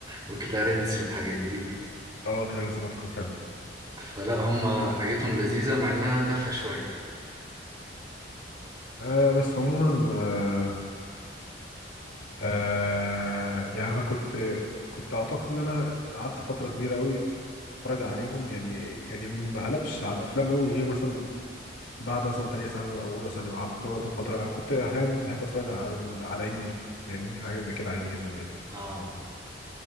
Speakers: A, on the right; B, on the left.
A: وكلارنس والحاجات دي
B: اه كلارنس برضه كنت بحبه
A: فلا هم حاجتهم لذيذه مع انها تافهه شويه
B: آه بس عموما آه آه يعني انا كنت كنت اعتقد ان انا قعدت فتره كبيره قوي اتفرج عليهم يعني يعني ما قلبش على الافلام قوي غير مثلا بعد مثلا تانية ثانوي او اولى ثانوي قعدت برضه فتره كنت احيانا بحب اتفرج على ال... على انمي فاهمني حاجه زي كده عادي جدا يعني
A: اه